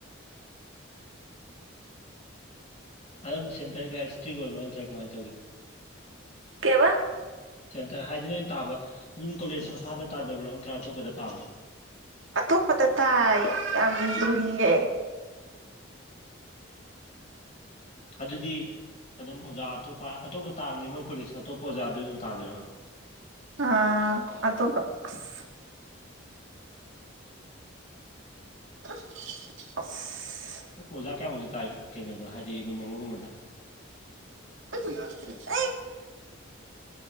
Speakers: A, on the left (about 35°); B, on the right (about 70°).
A: ꯑꯗꯨꯝ ꯁꯦꯟꯇꯔ ꯀꯌꯥ ꯏꯁꯇ꯭ꯔꯤꯛ ꯑꯣꯏꯕꯔꯣ ꯅꯠꯇ꯭ꯔꯥ ꯀꯃꯥꯏꯟ ꯇꯧꯒꯦ
B: ꯀꯩꯕ
A: ꯁꯦꯟꯇꯔ ꯍꯥꯏꯗꯤ ꯅꯣꯏ ꯇꯥꯕ ꯑꯗꯨꯝ ꯀꯣꯂꯦꯖ ꯃꯁꯥꯗ ꯇꯥꯖꯕ꯭ꯔꯣ ꯅꯠꯇ꯭ꯔ ꯑꯇꯣꯞꯄꯗ ꯇꯥꯕ꯭ꯔꯣ
B: ꯑꯇꯣꯞꯄꯗ ꯇꯥꯏꯌꯦ ꯌꯥꯝ ꯂꯨꯏꯌꯦ
A: ꯑꯗꯨꯗꯤ ꯑꯗꯨꯝ ꯑꯣꯖꯥ ꯑꯇꯣꯞꯄ ꯑꯇꯣꯞꯄ ꯇꯥꯅꯤ ꯃꯣꯏ ꯀꯣꯂꯦꯖ ꯑꯇꯣꯞꯄ ꯑꯣꯖꯥꯗꯨ ꯑꯗꯨꯝ ꯇꯥꯗꯣꯏꯔꯣ
B: ꯑꯥ ꯑꯇꯣꯞꯄ ꯑꯁ <unintelligible>
A: ꯑꯣ ꯑꯣꯖꯥ ꯀꯌꯥꯃꯨꯛꯇꯤ ꯇꯥꯏ ꯀꯩꯅꯣꯗ ꯍꯥꯏꯗꯤ ꯔꯨꯝ ꯑꯃꯒꯨꯝꯕꯗ
B: <unintelligible>